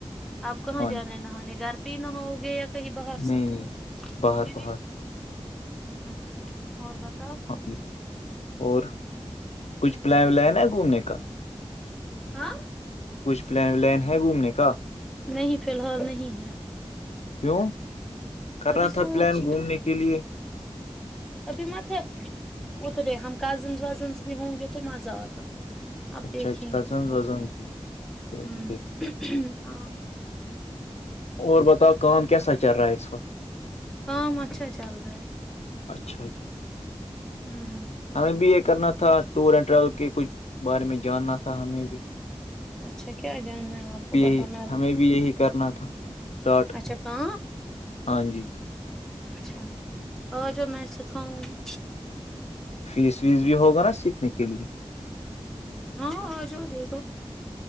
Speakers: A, in the centre; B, on the left (about 85°).
A: آپ کہاں
B: ہاں
A: جانا
B: جی،
A: ہے نہ ہونے گھر پن ہوؤگے کہی باہر
B: نہیں
A: سےی
B: نہیں باہر باہر
A: اچھا اور بس
B: ہاں جی اور کچھ پلان ولین ہے گھومنے کا
A: ہاں
B: کچھ پل ولین ہے گھومنے کا
A: نہیں فی الحال نہیں ہے
B: کیوں کرنا
A: ابھی سوچ
B: تھا پلان گھومنے کے لیے
A: ابھی مت اترے ہم کزن وزنس بھی ہوں گے تو مزہ آتا آپ
B: اچھا
A: دیکھیں
B: اچھا کزن
A: گے
B: وزن بھی
A: ہوں
B: اوکے
A: ہاں
B: اور بتاؤ قوم کیسا چل رہا ہے اس کو
A: کام اچھا چل رہا ہے
B: اچھا جی
A: ہوں
B: ہمیں بی ا کرنا تھا ٹور اینڈ ٹریول کے کچھ بارے میں جاننا تھا ہمیں بھی
A: اچھا کیا جاننا ہے آپ کو
B: یہی
A: بتانا
B: ہمیں بھی یہی کرنا تھا اسٹارٹ
A: اچھا کا
B: ہاں جی
A: اچھا اور جو میں سکھاؤں گی
B: فیس ویس بھی ہوگا نا سیکھنے کی کے لیے
A: ہاں آ جاؤ دے دو